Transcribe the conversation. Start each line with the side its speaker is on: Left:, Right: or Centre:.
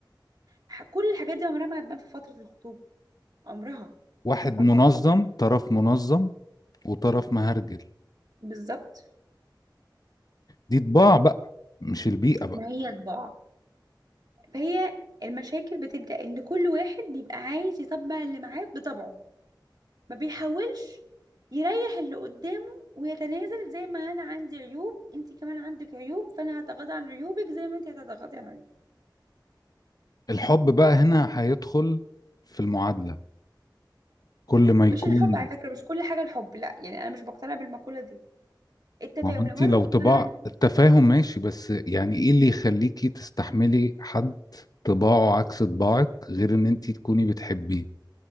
Right: ح- كل الحاجات دي عمرها ما هتبان في فترة الخطوبة عمرها
Left: واحد
Right: ما هتبان
Left: منظم
Right: في فترة
Left: طرف منظم وطرف مهرجل
Right: بالظبط
Left: دي طباع بقى مش البيئه بقى
Right: ما هي طباع فهي المشاكل بتبدأ إن كل واحد بيبقى عايز يطبع اللي معاه بطبعه ما بيحاولش يريح اللي قدامه ويتنازل زي ما أنا عندي عيوب أنت كمان عندك عيوب فأنا هتغاضى عن عيوبك زي ما أنت هتتغاضي عن عيوبي
Left: الحب بقى هنا هيدخل في المعادلة كل ما يكون
Right: مش الحب على فكرة مش كل حاجة الحب لا يعني أنا مش بقتنع بالمقولة دي التفاهم
Left: ما هو انت
Right: لو
Left: لو
Right: أنا مقتنعة
Left: طباع التفاهم ماشي بس يعني ايه اللي يخليكي تستحملي حد طباعه عكس طباعك غير ان انت تكوني بتحبيه